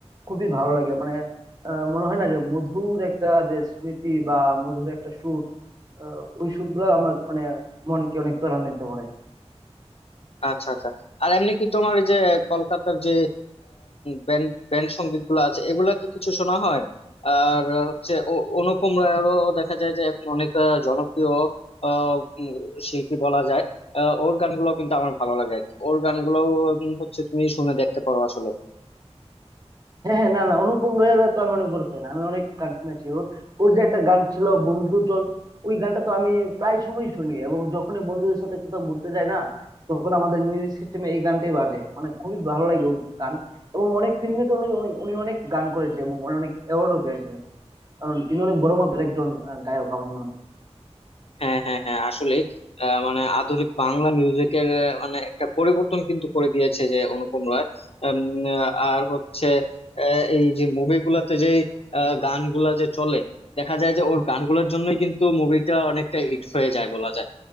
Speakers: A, on the right; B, on the left.
A: খুবই ভালো লাগে মানে আহ, মনে হয় না যে মধুর একটা যে স্মৃতি বা মধুর একটা সুর আহ, ওই সুরগুলো আমার মানে মনকে অনেক ত্বরান্বিত করে
B: আচ্ছা আচ্ছা আর এমনি কি তোমার এই যে কলকাতার যে ব্যান্ড ব্যান্ড সঙ্গীত গুলো আছে এগুলা কি কিছু শোনা হয় আর আহ, হচ্ছে অ- অনুপম রায়েরও দেখা যায় যে এখন অনেক আহ, জনপ্রিয় আহ, উম, শিল্পী বলা যায় আহ, ওর গানগুলো কিন্তু আমার ভালো লাগে আর কি। ওর গানগুলো উম, হচ্ছে তুমি শুনে দেখতে পারো আসলে
A: হ্যাঁ হ্যাঁ না না অনুপম রয়ের তো আমি অনেক বড় ফ্যান আমি অনেক গান শুনেছি ওর ওর যে একটা গান ছিল বন্ধু চল ওই গানটা তো আমি প্রায় সময় শুনি এবং যখনই বন্ধুদের সাথে কোথাও ঘুরতে যাই না তখন আমাদের মিউজিক সিস্টেমে এই গানটাই বাজে মানে খুবই ভালো লাগে ওর গান এবং অনেক ফিল্মে তো উনি উনি অনেক গান করেছে এবং উনি অনেক অ্যাওয়ার্ডও পেয়েছে কারণ তিনি অনেক বড় মাপের একজন আহ, গায়ক আমার মনে হয়
B: হ্যাঁ হ্যাঁ হ্যাঁ আসলে আহ, মানে আধুনিক বাংলা মিউজিকের আহ, মানে একটা পরিবর্তন কিন্তু করে দিয়েছে যে অনুপম রায় উম, আহ, আর হচ্ছে আহ, এই যে মুভিগুলাতে যে আহ, গানগুলা যে চলে দেখা যায় যে ওর গানগুলোর জন্যই কিন্তু মুভিটা অনেকটা হিট হয়ে যায় বলা যায়